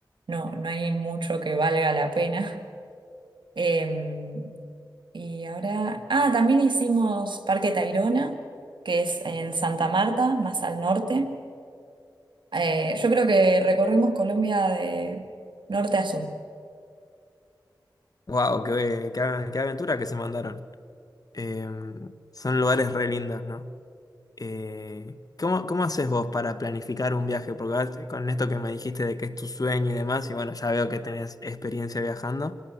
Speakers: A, on the right; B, on the left.
A: no, no hay mucho que valga la pena. <laughs> Em, Y ahora, ah, también hicimos Parque Tayrona, que es en Santa Marta, más al norte. Eh, yo creo que recorrimos Colombia de norte a sur.
B: Wow, qué, qué, qué aventura que se mandaron. Eh, son lugares re lindos, ¿no? Eh, ¿cómo, cómo haces vos para planificar un viaje? Porque ahora con esto que me dijiste de que es tu sueño y demás, y bueno, ya veo que tenés experiencia viajando,